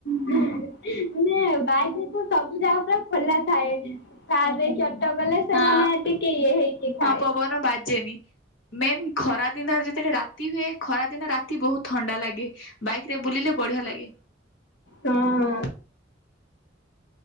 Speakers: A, on the left (about 60°); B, on the left (about 80°).
A: ମାନେ ବାଇକ୍ ରେ ତ ସବୁ ଯାଗା ପୁରା ଖୋଲା ଥାଏ। କାର୍ ରେ ଚ ଟ କଲେ ସେ
B: ହଁ
A: ମାନେ ଟିକେ ଇଏ ହେଇକି ଥାଏ।
B: ହଁ ପବନ ବାଜେନି ମେନ୍ ଖରା ଦିନରେ ଯେତ୍ ସେଟା ରାତି ହୁଏ, ଖରାଦିନ ରାତି ବହୁତ୍ ଥଣ୍ତା ଲାଗେ। ବାଇକ୍ ରେ ବୁଲିଲେ ବଢ଼ିଆ ଲାଗେ।
A: ହଁ।